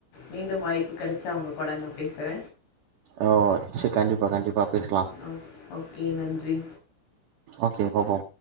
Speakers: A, on the left; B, on the right.
A: மீண்டும் வாய்ப்பு கெடச்சா உங்க கூட நா பேசுற
B: ஓ செரி கண்டிப்பா கண்டிப்பா பேசலா
A: ஒ ஓகே நன்றி
B: ஓகே பாப்போ